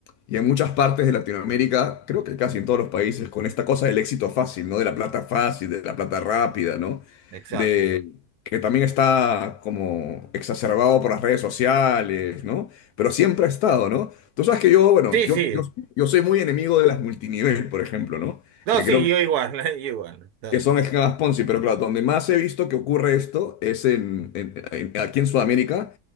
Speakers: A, on the left; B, on the right.
A: y en muchas partes de Latinoamérica, creo que casi en todos los países, con esta cosa del éxito fácil, ¿no? De la plata fácil, de la plata rápida, ¿no?
B: exacto.
A: De, que también está como exacerbado por las redes sociales, ¿no? Pero siempre ha estado, ¿no? Tú sabes que yo, bueno,
B: Sí,
A: yo,
B: sí.
A: yo yo soy muy enemigo de las multinivel, por ejemplo, ¿no?
B: No,
A: Que
B: sí,
A: creo
B: yo igual, <laughs> yo igual. No.
A: que son esquemas Ponzi, pero claro, donde más he visto que ocurre esto es en, en- en- aquí en Sudamérica,